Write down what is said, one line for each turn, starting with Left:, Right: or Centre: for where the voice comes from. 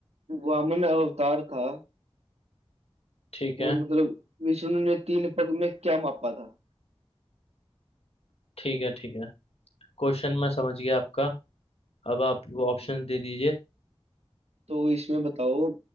Right: वामन अवतार था
Left: ठीक
Right: वो
Left: है
Right: मतलब विष्णु ने तीन पग में क्या मापा था
Left: ठीक है ठीक है क्वेश्चन मैं समझ गया आपका अब आप
Right: हम्म।
Left: ऑप्शन दे दीजिए
Right: तो इसमें बताओ